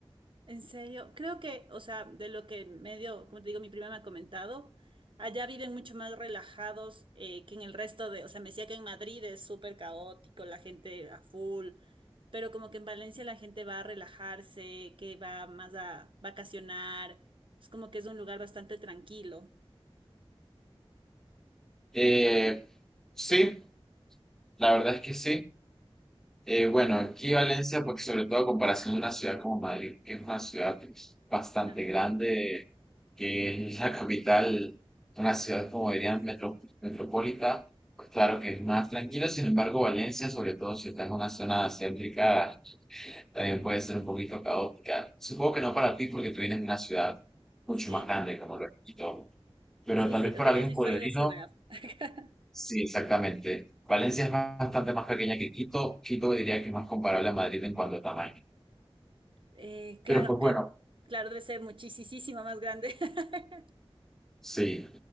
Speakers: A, on the right; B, in the centre.
A: En serio, creo que, o sea, de lo que medio, como te digo, mi prima me ha comentado, allá viven mucho más relajados eh, que en el resto de, o sea, me decía que en Madrid es súper caótico, la gente a full, pero como que en Valencia la gente va a relajarse, que va más a vacacionar, es como que es un lugar bastante tranquilo.
B: Eh, sí, la verdad es que sí. Eh, bueno, aquí Valencia, pues sobre todo a comparación de una ciudad como Madrid, que es una ciudad pues, bastante
A: Claro.
B: grande, que es la <laughs> capital, una ciudad como dirían metro- metropolita, pues claro que es más tranquila, sin embargo Valencia, sobre todo si estás en una zona céntrica, también puede ser un poquito caótica. Supongo que no para ti porque tú vienes de una ciudad mucho
A: Sí,
B: más grande como lo es Quito, pero
A: sí,
B: tal
A: sí,
B: vez para
A: o sea,
B: alguien
A: yo sí
B: pueblerino
A: soy de ciudad. <laughs>
B: Sí, exactamente. Valencia es bastante más pequeña que Quito. Quito diría que es más comparable a Madrid en cuanto a tamaño.
A: Eh, claro,
B: Pero pues
A: aunque
B: bueno,
A: claro, debe ser muchísimo más grande. <laughs>
B: sí.